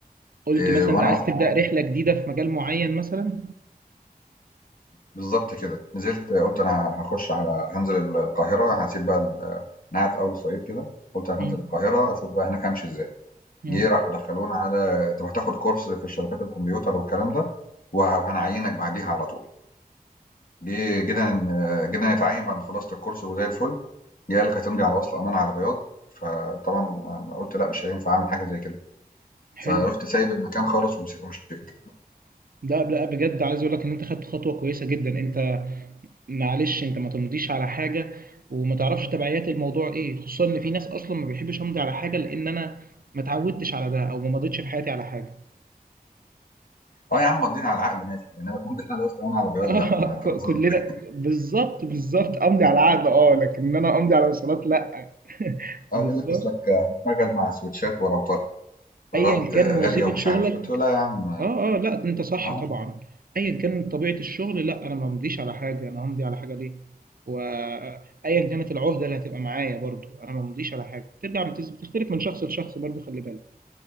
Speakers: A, on the right; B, on the left.
A: قُلت
B: إيه،
A: مثلًا
B: وانا
A: أنت عايز
B: اصلا
A: تبدأ رحلة جديدة في مجال معيّن مثلًا؟
B: بالضبط كده، نزلت قُلت أنا هاخش على هانزل ال القاهرة، هاسيب بقى ال أنا قاعد في أول الصعيد كده، قُلت هانزل
A: إمم.
B: القاهرة أشوف بقى هناك هامشي إزاي،
A: إمم،
B: جه راحوا دخلونا على "طَب هتاخد كورس في الشبكات الكمبيوتر والكلام ده وه وهنعيّنك بعديها على طول." جه جينا ن جينا نتعيّن بعد ما خلصت الكورس وزي الفُل، جه قال لك هتمضي على وصل أمانة على بياض، فطبعًا م قُلت لأ مش هينفع أعمل حاجة زي كده،
A: حلو.
B: فرُحت سايب المكان خالص ومش ومشيت.
A: لأ، لأ بجد عايز أقول لك إن أنت خدت خطوة كويسة جدًا، أنت معلش أنت ما تمضيش على حاجة وما تعرفش تبعيات الموضوع إيه، خصوصًا إن في ناس أصلًا ما بيحبش أمضي على حاجة لإن أنا ما اتعودتش على ده أو ما مضيتش في حياتي على حاجة.
B: آه يا عم مضّينا على العقد ماشي، إنّما تمضي على وصل أمانة على
A: <laughs>
B: بياض
A: آه،
B: لأ، ما هتبقى
A: ك كلنا
B: صعبة.
A: بالضبط، بالضبط، أمضي على عقد آه، لكن إن أنا أمضي على وصيّات لأ. <laughs>
B: اه
A: بالضبط،
B: يقول لك اصلك هتشتغل مع سويتشات وراوترات آه،
A: أيًا كان وظيفة
B: غاليه ومش
A: شغلك
B: عارف إيه. قلت له لا يا عم
A: اه اه لا انت صح
B: اه
A: طبعا ايا كان طبيعة الشغل لا انا ما ممضيش على حاجة انا همضي على حاجة ليه وايا كانت العهدة اللي هتبقى معايا برضو انا ما ممضيش على حاجة ترجع بتز- بتختلف من شخص لشخص برضو خلي بالك